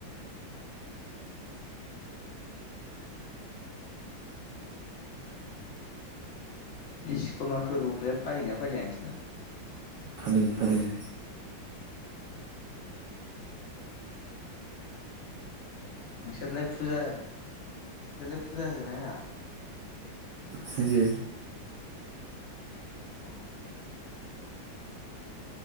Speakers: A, on the left; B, on the right.
A: बिस'कर्मा फोरबोखौलाय फालियोना फालिया नोंसोरना
B: फालियो फालियो
A: नोंसोरलाय फुजा नोंसोरलाय फुजा होगोन ना होआ?
B: होयो
A: अ